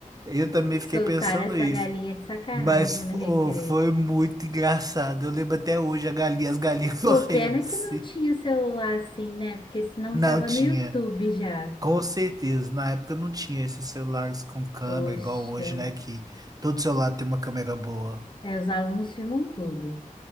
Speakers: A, on the right; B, on the left.
A: Eu também
B: Soltar
A: fiquei pensando
B: essa
A: isso.
B: galinha de sacanagem
A: Mas fo-
B: no recreio.
A: oh, foi muito engraçado. Eu lembro até hoje a galinha, as galinhas <laughs> correndo
B: Pô, pena
A: assim.
B: que não tinha celular assim, né? Porque senão
A: Não
B: tava
A: tinha,
B: no YouTube já.
A: com certeza. Na época não tinha esses celulares com câmera,
B: Poxa.
A: igual hoje, né? Que todo celular tem uma câmera boa.
B: É, os alunos filmam tudo.